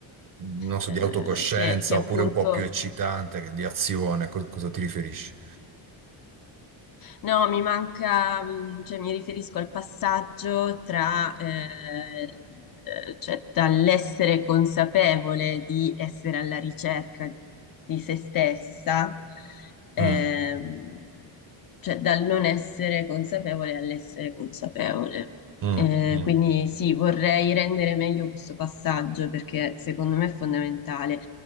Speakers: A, on the right; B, on the left.
A: non so,
B: eh,
A: di autocoscienza
B: che che appunto
A: oppure un po' più eccitante, che- di azione, co- cosa ti riferisci?
B: No, mi manca, mm, cioè mi riferisco al passaggio tra, eh, eh, cioè dall'essere consapevole di essere alla ricerca di se stessa, ehm,
A: Mm,
B: cioè dal non essere consapevole all'essere consapevole.
A: mm,
B: Eh,
A: mm.
B: quindi sì, vorrei rendere meglio questo passaggio perché secondo me è fondamentale.